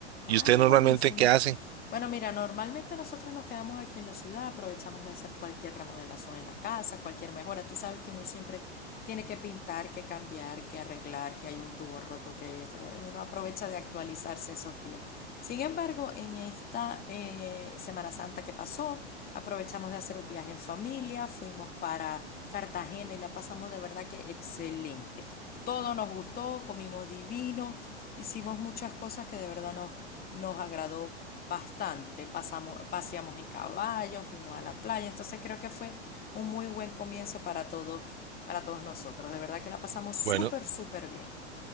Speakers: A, on the right; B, on the left.
A: ¿Y
B: Ah,
A: usted normalmente
B: buenísimo.
A: qué hace?
B: Bueno, mira, normalmente nosotros nos quedamos aquí en la ciudad, aprovechamos de hacer cualquier remodelación en la casa, cualquier mejora. Tú sabes que uno siempre tiene que pintar, que cambiar, que arreglar, que hay un tubo roto, que hay esto. que- Uno aprovecha de actualizarse esos días. Sin embargo, en esta eh, Semana Santa que pasó, aprovechamos de hacer un viaje en familia, fuimos para Cartagena y la pasamos de verdad que excelente. Todo nos gustó, comimos divino, hicimos muchas cosas que de verdad nos, nos agradó bastante. Pasamos, paseamos en caballo, fuimos a la playa, entonces creo que fue un muy buen comienzo para todos, para todos nosotros. De verdad que la pasamos súper,
A: Bueno,
B: súper bien.